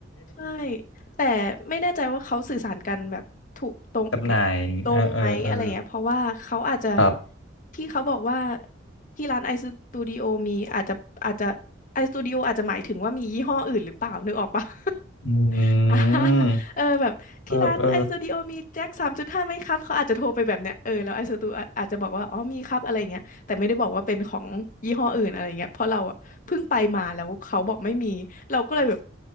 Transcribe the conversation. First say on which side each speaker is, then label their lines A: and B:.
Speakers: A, on the left; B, on the left.
A: ใช่แต่ไม่แน่ใจว่าเขาสื่อสารกันแบบถูกตรงแบบตรงไหมอะไรเงี้ยเพราะว่าเขาอาจจะ
B: <laughs> กับไหนเออเออ เออครับ
A: ที่เขาบอกว่าที่ร้านไอสตูดิโอมีอาจจะอาจจะไอสตูดิโออาจจะหมายถึงว่ามียี่ห้ออื่นหรือเปล่านึกออกปะ
B: อื
A: <laughs> อ่า
B: ม
A: เออแบบที่ร้านไอสตูดิโอมีแจ็คสามจุดห้าไหมครับเขาอาจจะโทรไปแบบเนี้ยเออแล้วไอสตูอาจจะบอกว่าอ๋อมีครับอะไรเงี้ยแต่ไม่ได้บอกว่าเป็นของยี่ห้ออื่นอะไรเงี้ยเพราะเราอะเพิ่งไปมาแล้วเขาบอกไม่มีเราก็เลยแบบ
B: เออเออ